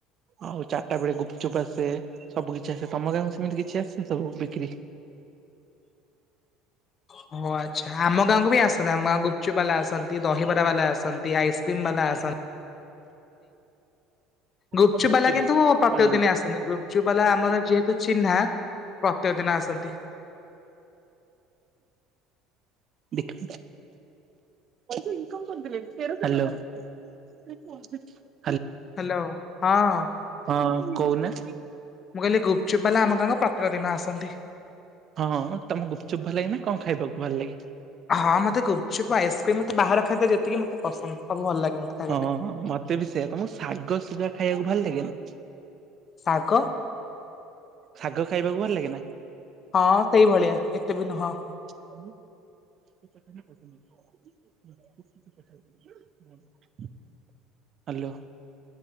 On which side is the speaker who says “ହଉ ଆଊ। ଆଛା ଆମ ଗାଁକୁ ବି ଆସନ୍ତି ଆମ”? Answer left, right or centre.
Left